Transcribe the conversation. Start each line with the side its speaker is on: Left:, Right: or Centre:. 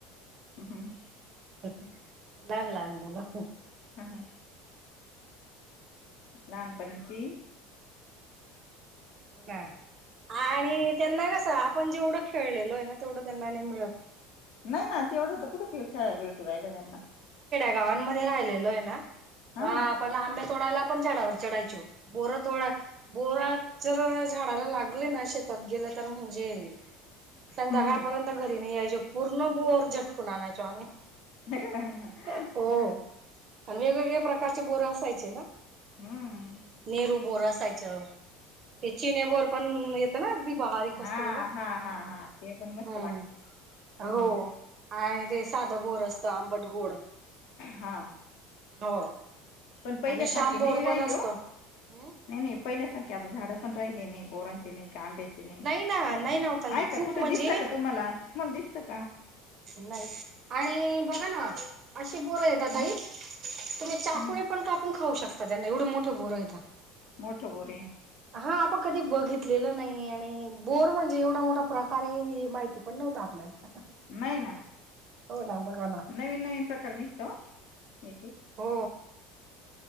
Left: हम्म,
Right: लहान लहान म्ह राखू
Left: हा हा. नाान पणची
Right: होड आणि त्यांना कस आपण जेवढं खेळलेलो आहे ना तेवढं त्यांना मिळत
Left: नाही ना तेवढं होत कुठं खेळायला भेटू राहिलं त्यांना
Right: गावमध्ये राहिल आहे ना
Left: हा
Right: आपला आब तोडाय आपण चडावर चढायचो बोरतो बोरात जर झाडाला लागले ना शेतात गेलं तर म्हणजे संध्याकाळपर्यंत
Left: हम्म
Right: घरी नाही यायचो पूर्ण बोर झटकून आणायचो आम्ही
Left: ह
Right: हो
Left: हा
Right: आणि वेगवेगळ्या प्रकारचे बोर असायचे ना
Left: हम्म
Right: नेरू बोर असायचं ते चिने बोर पण येतं ना अगदी बारीक
Left: हा
Right: असत बघा
Left: हा हा हा ते पण मस्त
Right: हम्म
Left: लागत
Right: हो
Left: हम्
Right: आणि ते साधं बोर असत आंबट गोड
Left: हा
Right: हो
Left: पण पहिल्यासारखे
Right: आणि श्यामबोर
Left: नाही राहिले
Right: पण असतं
Left: हो
Right: हम्म
Left: नाही नाही पहिल्यासारखे आता झाड पण राहिले नाही बोरांचे नाही कांब्याचे नाही
Right: ना नाही ना ओ ताई
Left: आहेय का
Right: खूप
Left: कुठे
Right: म्हणजे
Left: दिसत का तुम्हाला मग दिसतात
Right: नाही आणि बघा ना अशी बोरं येतात
Left: हम्म
Right: काई तुम्ही चाकुळे
Left: हम्म
Right: पण कापून खाऊ शकता त्यांना एवढे मोठे बोर येत
Left: मोठ बोर
Right: हा आपण कधी बघित लेलं नाही आणि बोर म्हणजे एवढा मोठा प्रकार येईल हे माहिती पण नव्हता आपल्याला
Left: नाही ना
Right: हो ना ना
Left: नवीन नवीन प्रकार निघतो एक एक
Right: हो